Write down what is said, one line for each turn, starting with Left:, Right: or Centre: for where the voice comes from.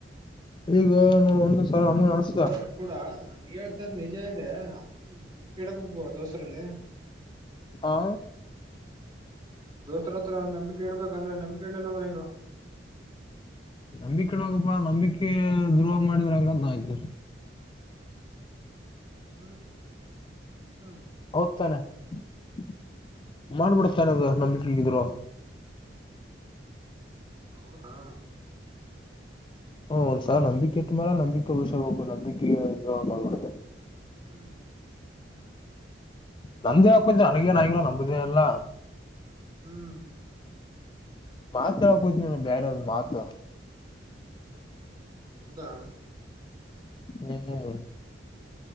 Left: ಈಗನೊ ಒಂದ್ ಸಲ ನಮಗೂ ಅನ್ಸತೇತಿ
Right: ಆದ್ರ ಕೂಡ ನೀ ಹೇಳ್ತಾಇರೋದ ನಿಜ ಇದೆ <inaudible> ನಂಬಿಕೆ ಇಡಬೇಕ ದೋಸ್ರಲ್ಲಿ
Left: ಹಾ
Right: ದೋಸ್ತರ ಹತ್ರ ನಂಬಿಕೆ ಇಡ್ಬೇಕು ಅಂದ್ರೆ ನಂಬಿಕೆ ಇಡ್ಲಿಲ್ಲ ಅಂದ್ರ ಹೆಂಗೋ
Left: ನಂಬಿಕೆ ಇಡ್ಬೇಕಪ್ಪ ನಂಬಿಕೆ ದ್ರೋಹ ಮಾಡಿದ್ರೆ ಹೆಂಗಂತ ನಾ ಅಂತೀನಿ
Right: ಹ್ಮ <inaudible> ಹ್ಮ
Left: ಹೌದ್ತಾನೆ <inaudible> ಮಾಡ್ಬಿಡ್ತಾನೆ ಅದು ನಂಬಿಕೆದ್ರೋ
Right: ಹೌದಾ
Left: ಹ್ಮ ಒಂದ್ಸಲಾ ನಂಬಿಕೆ ಇಟ್ಟ ಮೇಲೆ ನಂಬಿಕೆ ಉಳಸ್ಕೊಬೇಕ್ ನಂಬಿಕೆ ದ್ರೋಹ ಮಾಡಬಾರದ
Right: <inaudible> ಹ್ಮ
Left: ನಂದೇ ಹಾಕೋದ್ದ ನನಗೇನ ಆಗಿಲ್ಲ ನಂಬುದೇ ಎಲ್ಲ
Right: ಹ್ಮ್
Left: ಮಾತಯಾವಾಗ್ ಕೂತ ಬೇರೆ ಯಾವ್ದ ಮಾತ
Right: ಹೌದಾ
Left: ಹ್ಮ